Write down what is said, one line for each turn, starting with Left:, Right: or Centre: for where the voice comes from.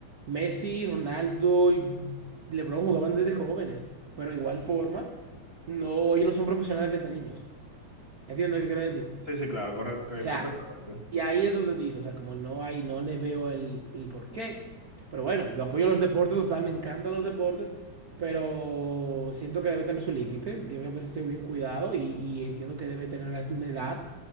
Right: Messi, Ronaldo y LeBron jugaban desde jóvenes, pero de igual forma. No, ellos no son profesionales desde niños. ¿Entiendes lo que quiero decir? O
Left: Sí, sí, claro, correcto,
Right: Mm.
Left: eh,
Right: sea,
Left: perfectamente.
Right: y ahí eso te digo, o sea, como no hay, no le veo el, el porqué. Pero bueno, yo apoyo los deportes, total, me encantan los deportes, pero siento que debe tener su límite, debe haber sido bien cuidado y, y entiendo que debe tener una una edad